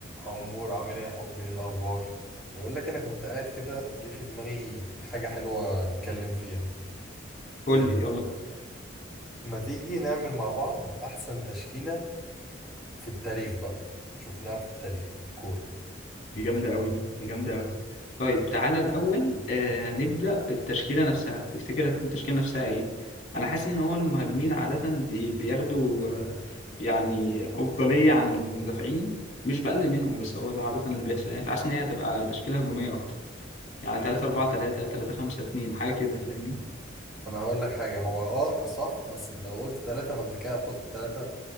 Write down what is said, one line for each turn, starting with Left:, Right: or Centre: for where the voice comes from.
Centre: عمور عامل ايه يا حبي ايه الاخبار بقول لك انا كنت قاعد كده جه في دماغي حاجه حلوه نتكلم فيها
Left: قول
Centre: أه،
Left: لي يلا
Centre: ما تيجي نعمل مع بعض احسن تشكيله في التاريخ بقى شفناها في التاريخ في الكوره
Left: دي جامدة أوي دي دي جامدة أوي طيب تعالى الأول آه نبدأ بالتشكيلة نفسها تفتكر هتكون التشكيلة نفسها إيه؟ أنا حاسس إن هو المهاجمين عادة بي بياخدوا آه يعني أفضلية عن المدافعين مش بقلل منهم بس هو ده عادة اللي بيحصل يعني فحاسس إن هي هتبقى تشكيلة هجومية أكتر يعني 3 4 3 3 5 2 حاجة كده فاهمني؟
Centre: انا هقول لك حاجه هو اه صح بس انت لو قلت ثلاثه فانت كده هتحط ثلاثه